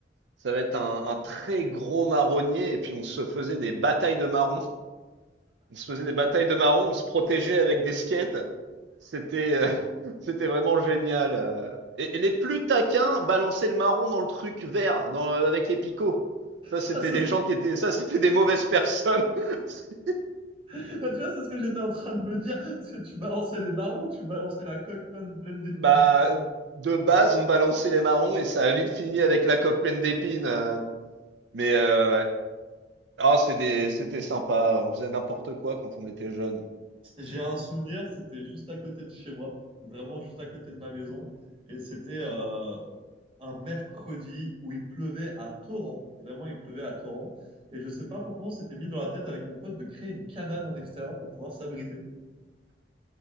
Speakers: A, on the right; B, on the right.
A: ça va être un, un très gros marronnier. Et puis, on se faisait des batailles de marrons. On se faisait des batailles de marrons, on se protégeait avec des skates. C'était euh, <laughs> c'était vraiment génial. euh. Et, et les plus taquins balançaient le marron dans le truc vert, dans, euh, avec les picots. Ça, c'était
B: Enfin, c'est
A: des
B: ce que-
A: gens qui étaient, ça, c'était des mauvaises personnes. <laughs>
B: enfin, tu vois, c'est ce que j'étais en train de me dire. Parce que tu balançais les marrons, tu balançais la coque pleine, pleine d'épines.
A: Bah, de base, on balançait les marrons et ça a vite fini avec la coque pleine d'épines. euh. Mais euh, ouais, ouais. Ah, c'était des- c'était sympa. On faisait n'importe quoi quand on était jeune.
B: J'ai un souvenir, c'était juste à côté de chez moi, vraiment juste à côté de ma maison. Et c'était euh, un mercredi où il pleuvait à torrent. Vraiment, il pleuvait à torrent. Et je sais pas pourquoi on s'était mis dans la tête avec mon pote de créer une cabane en extérieur pour pouvoir s'abriter.